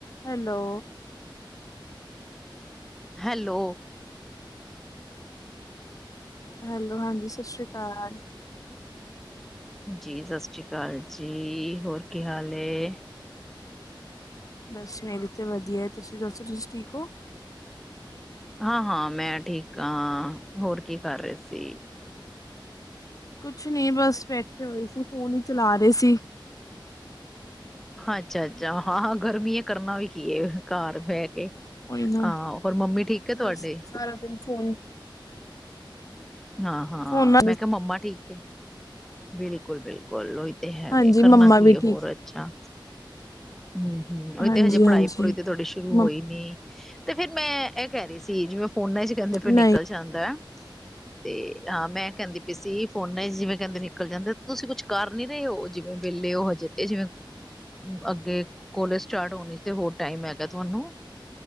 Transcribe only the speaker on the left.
hello
hello ਹਾਂਜੀ ਸਤਿ ਸ਼੍ਰੀ ਅਕਾਲ ਹ
ਬਸ ਮੇਰੇ ਤੇ ਵਧੀਆ ਹੈ ਤੁਸੀਂ ਦੱਸੋ ਤੁਸੀਂ ਠੀਕ ਹੋ
ਕੁਛ ਨ ਬਸ ਬੈਠੇ ਹੋਏ ਸੀ ਫੋਨ ਹੀ ਚਲਾ ਰਹੇ ਸੀ
ਕੋਈ ਨਾ
ਬਸ ਸਾਰਾ ਦਿਨ ਫੋਨ
ਫੋਨ
ਹਾਂਜੀ
ਮੰਮਾ
ਵੀ
ਠੀਕ
ਹਾਂਜੀ
ਹਾਂਜੀ
ਮ
ਨਹੀਂ